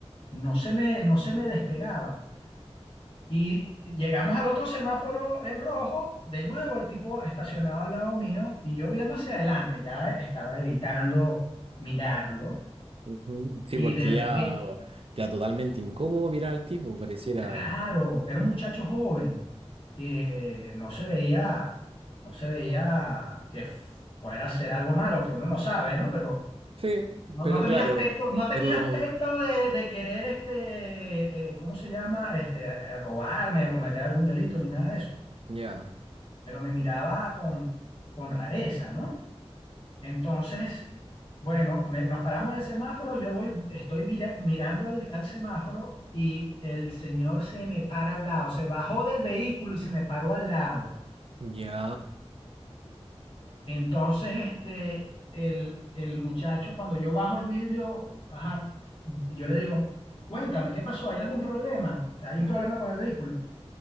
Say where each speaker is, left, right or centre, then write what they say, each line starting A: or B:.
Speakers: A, on the left; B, on the right.
A: No se me, no se me despegaba. Y llegamos al otro semáforo en rojo, de nuevo el tipo estacionado al lado mío y yo viendo hacia adelante, ya estaba evitando mirarlo
B: Ujú. Sí,
A: y
B: porque
A: de repente,
B: ya, ya totalmente incómodo mirar al tipo, pareciera.
A: claro, era un muchacho joven, eh, no se veía, no se veía que fuera a hacer algo malo, que uno no sabe, ¿no? Pero
B: Sí,
A: no,
B: pero
A: no tenía
B: claro,
A: aspecto, no tenía
B: pero
A: aspecto de, de querer, este, eh, ¿cómo se llama? Este, eh, robarme o cometer algún delito ni nada de eso.
B: ya,
A: pero me miraba con, con rareza, ¿no? Entonces, bueno, me- nos paramos en el semáforo, yo voy, estoy vira- mirando al, al semáforo y el señor se me para al lado, se bajó del vehículo y se me paró al lado.
B: ya,
A: Entonces, este, el, el muchacho, cuando yo bajo el vidrio, ajá, yo le digo, cuéntame, ¿qué pasó? ¿Hay algún problema? ¿Hay un problema con el vehículo?